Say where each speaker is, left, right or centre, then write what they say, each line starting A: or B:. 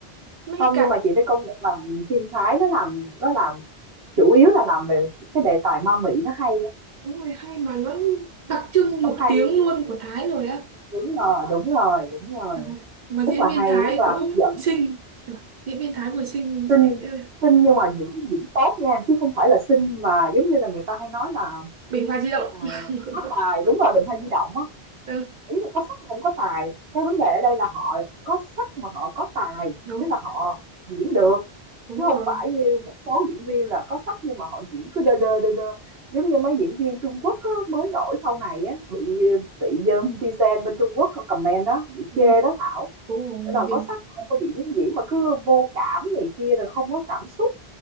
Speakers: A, on the right; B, on the right.
A: mấy
B: không
A: cả
B: nhưng mà chị phải công nhận là phim Thái nó làm nó làm chủ yếu là làm về cái đề tài ma mị nó hay á.
A: đúng rồi hay mà nó đặc trưng
B: nó
A: nổi
B: hay
A: tiếng luôn của Thái rồi á
B: đúng rồi đúng rồi đúng rồi
A: Ừ. mà
B: rất
A: diễn
B: là
A: viên
B: hay
A: Thái
B: rất là
A: cũng
B: hấp dẫn
A: xinh Trời, diễn viên Thái vừa xinh,
B: Xinh,
A: xinh. ê,
B: xinh nhưng mà diễn diễn tốt nha, chứ không phải là xinh mà giống như là người ta hay nói là,
A: Bình Hoa Di Động
B: à,
A: <laughs>
B: có tài đúng là Bình Hoa Di Động á,
A: Ừ,
B: ý là có sắc mà hông có tài. Cái vấn đề ở đây là họ có sắc mà họ có tài,
A: đúng
B: tức là họ diễn được,
A: đúng
B: chứ
A: rồi
B: không phải như một số diễn viên là có sắc nhưng mà họ diễn cứ đơ đơ, đơ đơ. Giống như mấy diễn viên Trung Quốc á, mới nổi sau này á, bị bị netizen bên Trung Quốc comment đó, bị
A: Ừ,
B: chê đó Thảo,
A: đúng rồi
B: là
A: mình
B: có sắc không có diễn, diễn mà cứ vô cảm này kia rồi không có cảm xúc.